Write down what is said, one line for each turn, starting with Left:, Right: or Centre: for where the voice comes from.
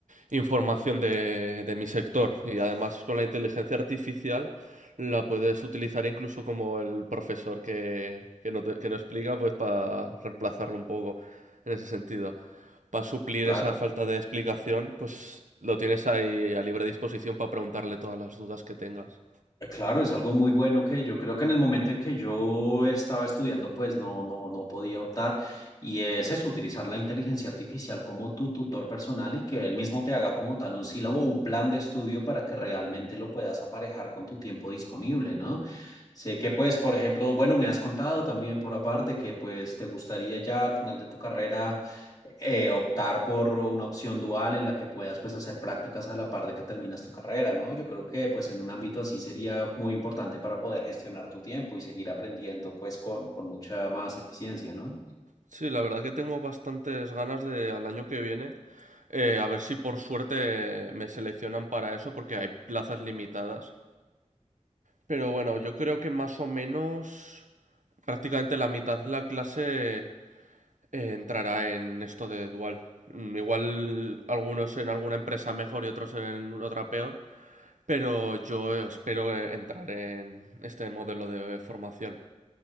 Right: información de, de mi sector y además con la inteligencia artificial la puedes utilizar incluso como el profesor que, que no, te- que no explica, pues para reemplazarlo un poco en ese sentido. Para suplir
Left: Claro.
Right: esa falta de explicación, pues lo tienes ahí a libre disposición para preguntarle todas las dudas que tengas.
Left: Eh, Claro, es algo muy bueno que yo creo que en el momento en que yo estaba estudiando, pues no, no, no podía optar. Y es eso, utilizar la inteligencia artificial como tu tutor personal y que él mismo te haga como tal un sílabo, o un plan de estudio para que realmente lo puedas aparejar con tu tiempo disponible, ¿no? Sé que pues, por ejemplo, bueno, me has contado también por aparte que pues te gustaría ya al final de tu carrera eh, optar por una opción dual en la que puedas pues hacer prácticas a la par de que terminas tu carrera, ¿no? Yo creo que pues en un ámbito así sería muy importante para poder gestionar tu tiempo y seguir aprendiendo pues con, con mucha más eficiencia, ¿no?
Right: Sí, la verdad que tengo bastantes ganas de al año que viene, eh, a ver si por suerte me seleccionan para eso, porque hay plazas limitadas. Pero bueno, yo creo que más o menos prácticamente la mitad de la clase eh, entrará en esto de dual. Mm, Igual algunos en alguna empresa mejor y otros en otra peor, pero yo espero eh, entrar en este modelo de formación.